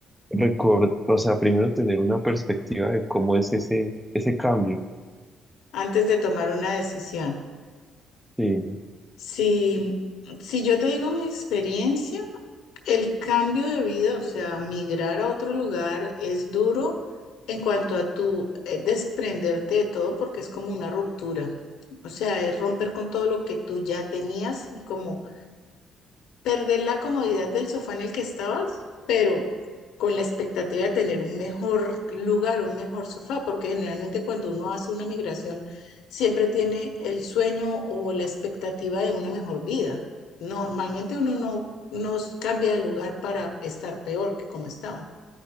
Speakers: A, in the centre; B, on the left.
A: recordar, o sea, primero tener una perspectiva de cómo es ese, ese cambio.
B: Antes de tomar una decisión.
A: Sí,
B: Si, si yo te digo mi experiencia, el cambio de vida, o sea, migrar a otro lugar es duro en cuanto a tu eh, desprenderte de todo porque es como una ruptura. O sea, es romper con todo lo que tú ya tenías y como perder la comodidad del sofá en el que estabas, pero con la expectativa de tener un mejor lugar, un mejor sofá, porque generalmente cuando uno hace una migración siempre tiene el sueño o la expectativa de una mejor vida. Normalmente uno no, no cambia de lugar para estar peor que como estaba.